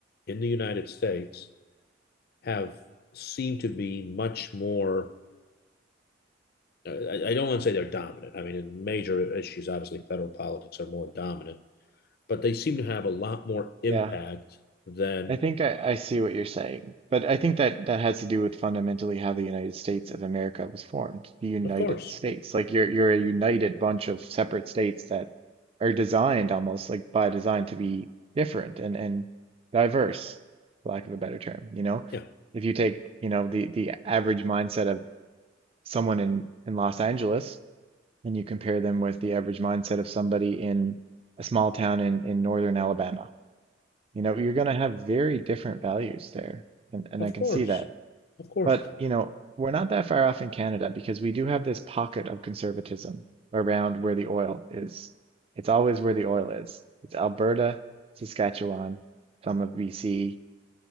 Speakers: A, on the left; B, on the right.
A: in the United States have seemed to be much more. I, I don't want to say they're dominant. I mean, in major issues, obviously, federal politics are more dominant, but they seem to have a lot more impact
B: Yeah.
A: than,
B: I think I, I see what you're saying, but I think that that has to do with fundamentally how the United States of America was formed, the United
A: of course,
B: States. Like you're you're a united bunch of separate states that are designed almost like by design to be different and and diverse, for lack of a better term, you know?
A: yeah,
B: If you take, you know, the the average mindset of someone in in Los Angeles and you compare them with the average mindset of somebody in a small town in in northern Alabama you know, you're going to have very different values there. And, and
A: of
B: I can
A: course,
B: see that.
A: of course.
B: But, you know, we're not that far off in Canada because we do have this pocket of conservatism around where the oil is. It's always where the oil is. It's Alberta, Saskatchewan, some of BC,